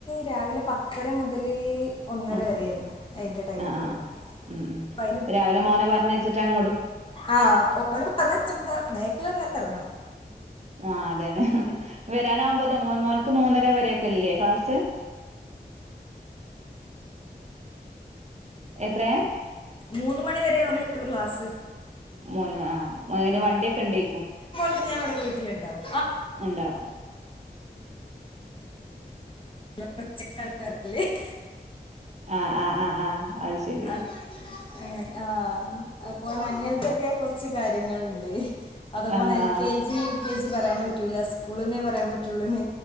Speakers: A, on the left (about 30°); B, on the right (about 45°).
A: രാവിലെ പത്തര മുതൽ ഒന്നര
B: ആ
A: വരെ ആയിരുന്നു അതിന്റെ ടൈമുള്ള
B: ആ ആ ഉം ഉം
A: അപ്പൊ
B: രാവിലെ മോനെ പറഞ്ഞ് വെച്ചിട്ടാണ്
A: ആഹ് ഓന് പറഞ്ഞ ചന്ത മുക്കിലവന്ന് ഇറങ്ങണം
B: ആ് അതന്നെ വരാനാകുമ്പോതേക് മോന്ക്ക് മൂന്നര വരൊക്കെല്ലേ ക്ലാസ് എത്രയാ
A: മൂന്ന് മണി വരെ അവനുള്ളു ക്ലാസ്
B: മോന് ആഹ് അങ്ങനെ വണ്ടിയൊക്കെ ഉണ്ടേക്കും
A: ഇന്ന് ഞാൻ ഇവിടെ വീട്ടില്ണ്ടാവും
B: എണ്ടാ
A: <unintelligible>
B: ആ് ആഹ് ആഹ് ആഹ് അത് ശരി
A: ആ, അങ്ങനെ ആ അപ്പോ അങ്ങനത്തൊക്കെ കുറച്ച് കാര്യങ്ങള്ണ്ട് അത പോണ
B: ആ
A: എൽ
B: ആ
A: K G U K G പറയാൻ പറ്റൂല സ്കൂളന്നേ പറയാൻ പറ്റുള്ളൂ ന